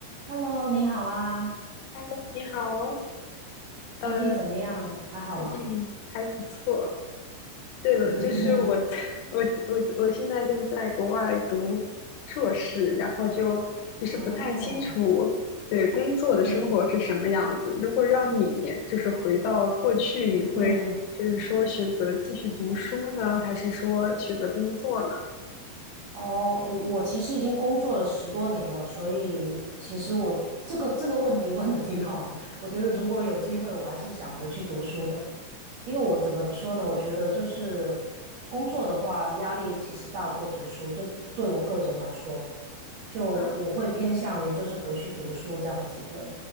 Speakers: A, on the right; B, on the left.
A: Hello，你好啊，
B: Hello，你好哦，呃，
A: 最近怎么样？还好吗？
B: 最近还不错。对了，
A: <laughs>
B: 就是我在，<laughs> 我，我，我现在正在国外读硕士，然后就其实不太清楚，
A: 哦，
B: 对，工作的生活是什么样子。
A: 嗯
B: 如果让你就是回到过去，你会就是说选择继续读书呢，
A: 嗯，
B: 还是说选择工作呢？
A: 哦，我我其实已经工作了十多年了，所以其实我这个这个问题问的挺好的。我觉得如果有机会，我还是想回去读书的，因为我怎么说呢？我觉得就是工作的话，压力其实大过读书，就对我个人来说，就我会偏向于就是回去读书这样子，
B: 啊
A: 对，